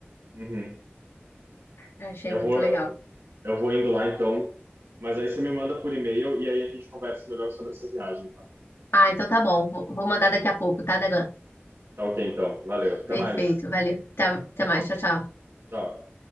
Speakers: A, on the right; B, on the left.
A: Uhum.
B: achei
A: Eu
B: muito
A: vou,
B: legal.
A: eu vou indo lá então, mas aí você me manda por e-mail e aí a gente conversa melhor sobre essa viagem, tá?
B: Ah, então tá bom. Vou vou mandar daqui a pouco, tá, Daglan?
A: Tá ok então. Valeu. Até
B: Perfeito,
A: mais.
B: valeu. Até até mais, tchau, tchau.
A: Tchau.